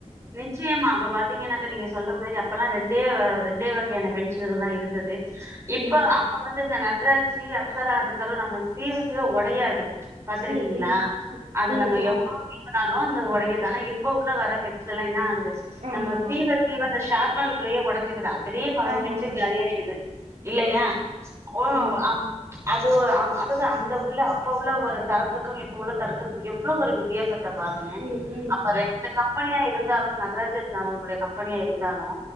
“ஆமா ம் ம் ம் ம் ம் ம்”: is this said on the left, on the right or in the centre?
Right